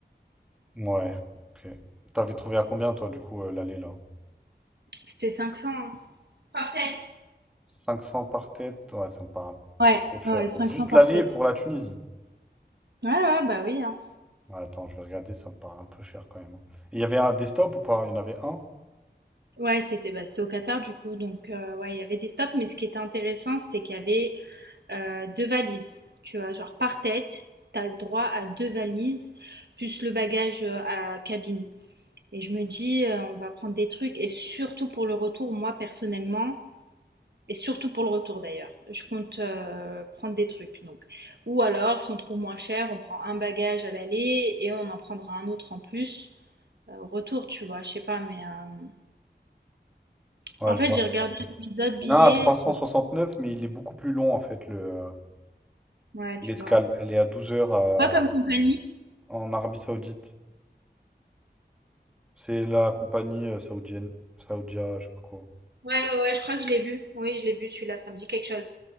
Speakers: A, in the centre; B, on the right.
A: Ouais, ok. T'avais trouvé à combien, toi, du coup, euh, l'aller, là?
B: C'était 500. hein. Par tête.
A: 500 par tête? Ouais, ça me paraît un
B: Ouais,
A: peu cher.
B: ouais, 500
A: Juste
B: par
A: l'aller
B: tête.
A: pour la Tunisie.
B: Ouais, ouais, bah oui. hein.
A: Ouais, Attends, je vais regarder, ça me paraît un peu cher quand même. Et Il y avait un desktop ou pas? Il y en avait un?
B: Ouais, c'était bah, c'était au Qatar, du coup. Donc, euh, ouais, il y avait des stops. Mais ce qui était intéressant, c'était qu'il y avait euh, deux valises. Tu vois, genre par tête, tu as le droit à deux valises, plus le bagage euh, à cabine. Et je me dis, euh, on va prendre des trucs, et surtout pour le retour, moi personnellement, et surtout pour le retour d'ailleurs, je compte euh, prendre des trucs. Donc. Ou alors, si on trouve moins cher, on prend un bagage à l'aller et on en prendra un autre en plus euh, au retour, tu vois. Je sais pas, mais euh,
A: Ouais,
B: en
A: je
B: fait,
A: vois
B: j'ai
A: que
B: regardé
A: c'est un. cent-
B: l'épisode billet,
A: Il y en a un à 369,
B: c'est.
A: mais il est beaucoup plus long en fait, le, euh,
B: Ouais,
A: l'escale.
B: tu vois.
A: Elle est à 12 heures à-
B: Pas comme compagnie.
A: en Arabie Saoudite. C'est la compagnie euh, saoudienne, Saoudia, je sais pas quoi.
B: Ouais, ouais, ouais, je crois que je l'ai vu. Oui, je l'ai vu celui-là, ça me dit quelque chose.